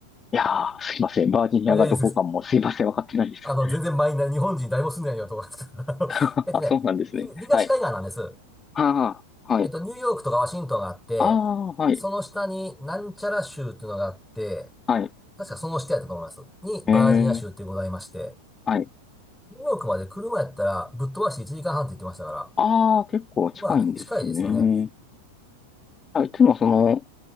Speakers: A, on the left; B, in the centre.
A: いやー、すいません。バージニアがどこかもすいません。
B: あ、いや、いいです。
A: わかってないです。
B: あの、全然マイナー、日本人誰も住んでないようなところなんですけど、<laughs> あのえっとね、
A: <laughs> あ、そうなんですね。
B: ひ東海岸なんです。
A: はい。はあ、はい。
B: えっと、ニューヨークとかワシントンがあって、
A: ああ、はい。
B: その下になんちゃら州っていうのがあって、
A: はい。
B: 確かその下やったと思います。に、バージニア州ってございまして、
A: ええ、はい。
B: ニューヨークまで車やったらぶっ飛ばして1時間半って言ってましたから、
A: ああ、結構近いんですね。
B: まあ、近いですよね。
A: あ、いつもその、